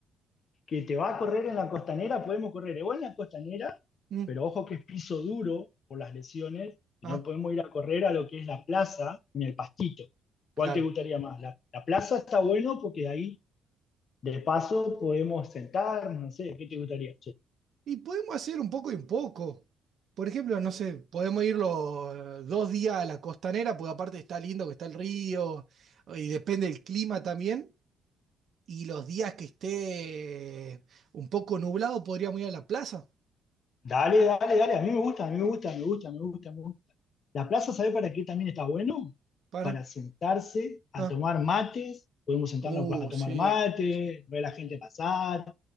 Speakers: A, on the left; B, on the right.
A: que te va a correr en la costanera, podemos correr o en la costanera,
B: Mm,
A: pero ojo que es piso duro por las lesiones, y
B: Ah,
A: no podemos ir a correr a lo que es la plaza ni el pastito.
B: claro.
A: ¿Cuál te gustaría más? La, la plaza está bueno porque de ahí, de paso, podemos sentarnos, no sé, ¿qué te gustaría?
B: Y podemos hacer un poco y un poco. Por ejemplo, no sé, podemos ir los dos días a la costanera, porque aparte está lindo que está el río, y depende del clima también. Y los días que esté un poco nublado, podríamos ir a la plaza.
A: Dale, dale, dale, a mí me gusta, a mí me gusta, me gusta, me gusta, me gusta. La plaza, ¿sabés para qué también está bueno?
B: Para.
A: Para sentarse a
B: Ah.
A: tomar mates, podemos sentarnos
B: Uh,
A: para tomar
B: sí.
A: mate, ver a la gente pasar,